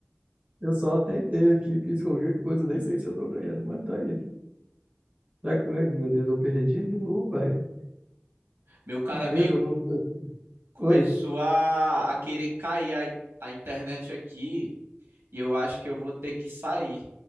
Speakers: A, on the right; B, on the right.
A: eu só tentei aqui, fiz qualquer coisa, nem sei se eu tô ganhando, mas tá aí. Será que eu ganho? Meu Deus, eu perdi de novo, velho.
B: Meu caro
A: Meu Deus,
B: amigo,
A: eu não. eu-
B: começou
A: Oi.
B: a, a querer cair a, a internet aqui e eu acho que eu vou ter que sair,